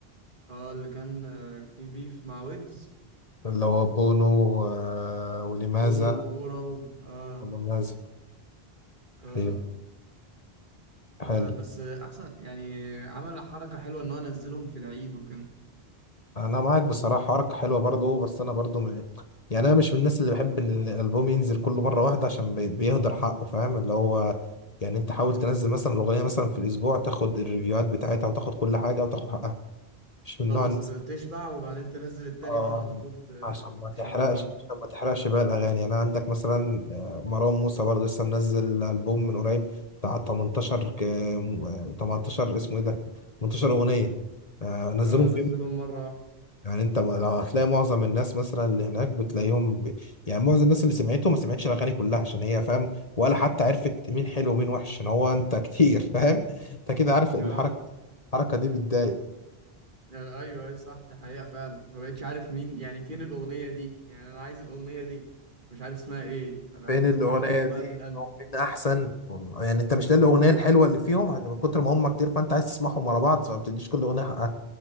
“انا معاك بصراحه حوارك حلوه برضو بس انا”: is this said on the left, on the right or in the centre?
Left